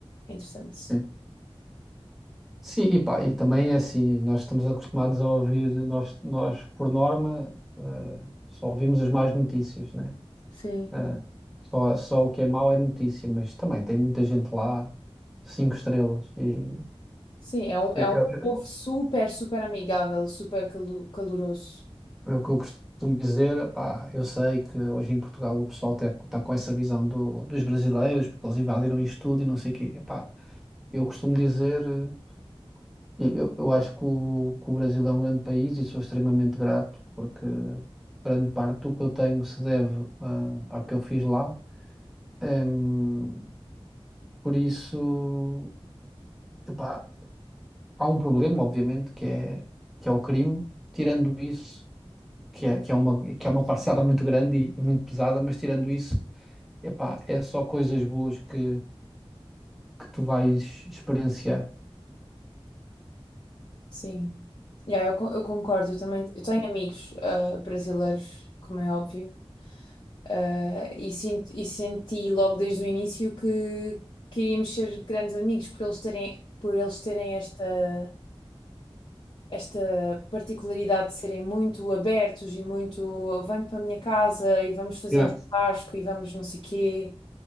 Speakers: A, on the left; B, in the centre.
A: é interessante.
B: sim. Sim, e pá, e também é assim, nós estamos acostumados a ouvir, nós, nós por norma, eh, só ouvimos as más notícias, né?
A: Sim.
B: Eh, só, só o que é mau é notícia, mas também tem muita gente lá, cinco estrelas, e
A: Sim, é um,
B: eu,
A: é um povo super, super amigável, super calu- caloroso.
B: É o que eu costumo dizer, pá eu sei que hoje em Portugal o pessoal está com essa visão do- dos brasileiros, porque eles invadiram isto tudo e não sei o quê. Epá, eu costumo dizer, eh, eu, eu acho que o, que o Brasil é um grande país e sou extremamente grato, porque grande parte do que eu tenho se deve ah, ao que eu fiz lá. Em, por isso, epá, há um problema, obviamente, que é, que é o crime. Tirando isso. que é, que é uma, que é uma parcela muito grande e, e muito pesada, mas tirando isso, epá, é só coisas boas que, que tu vais experienciar.
A: Sim. Yeah, eu, co- eu concordo, eu também eu tenho amigos ah, brasileiros, como é óbvio, ah, e, sinto, e senti logo desde o início que queríamos ser grandes amigos por eles terem, por eles terem esta, esta particularidade de serem muito abertos e muito vem para a minha casa e vamos fazer
B: Yeah,
A: um churrasco e vamos não sei quê.